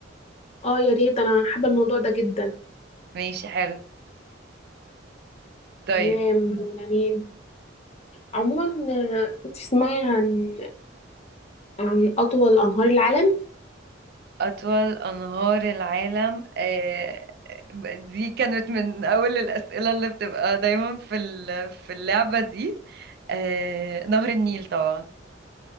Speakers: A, on the left; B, on the right.
A: اه يا ريت انا حابه الموضوع ده جدا
B: ماشي حلو طيب
A: تمام يعني عموما آه، تسمعي عن عن اطول انهار العالم
B: أطول أنهار العالم آه، دي كانت من أول الأسئلة اللي بتبقى دايما في ال- في اللعبة دي آه، نهر النيل طبعا